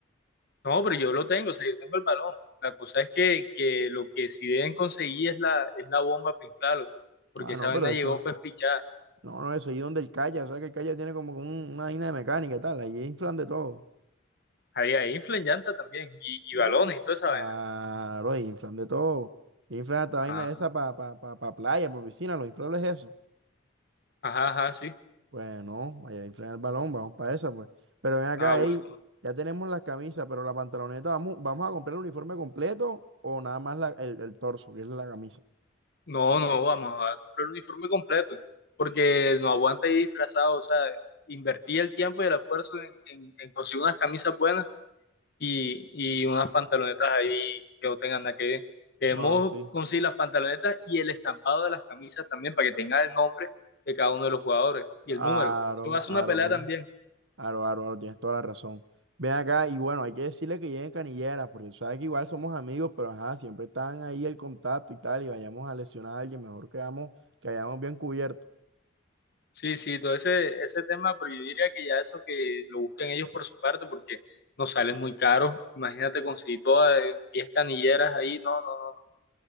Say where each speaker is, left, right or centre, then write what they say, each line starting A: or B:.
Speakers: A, on the left (about 50°); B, on the right (about 65°).
A: No, pero yo lo tengo, o sea, yo tengo el balón. La cosa es que, que lo que sí deben conseguir es la, es la bomba para inflarlo, porque
B: Ah,
A: esa
B: no,
A: vaina
B: pero eso,
A: llegó fue pichada.
B: no, no, eso ahí donde el calla, o sea que el calla tiene como un- una vaina de mecánica y tal, ahí inflan de todo.
A: Ahí, ahí inflan llanta también, y, y
B: Uf,
A: balones y toda esa
B: ah,
A: vaina.
B: lo inflan de todo. Inflan hasta vaina
A: Ah,
B: esa para pa, pa, pa pa playa, para piscina, lo inflan es eso.
A: ajá, ajá, sí.
B: Pues no, vaya a inflar el balón, vamos para esa, pues. Pero ven acá,
A: Ah, bueno.
B: ey, ya tenemos las camisas, pero la pantaloneta, ¿vamos, vamos a comprar el uniforme completo o nada más la- el, el torso, que es la camisa?
A: No, no, vamos a comprar el uniforme completo, porque no aguanta ir disfrazado, o sea, invertí el tiempo y el esfuerzo en, en, en conseguir unas camisas buenas y, y unas pantalonetas ahí que no tengan nada que ver. Debemos
B: No, no, sí.
A: conseguir las pantalonetas y el estampado de las camisas también para que tenga el nombre de cada uno de los jugadores y
B: Aro,
A: el número. Eso va a ser
B: aro,
A: una pelea
B: Pri.
A: también.
B: Aro, aro, aro, tienes toda la razón. Ven acá y bueno, hay que decirle que lleguen canilleras, porque tú sabes que igual somos amigos, pero ajá, siempre están ahí el contacto y tal, y vayamos a lesionar a alguien, mejor quedamos, que hayamos bien cubierto.
A: Sí, sí, todo ese, ese tema, pero yo diría que ya eso que lo busquen ellos por su parte porque nos salen muy caros. Imagínate conseguir todas eh, 10 canilleras ahí, no, no, no. no.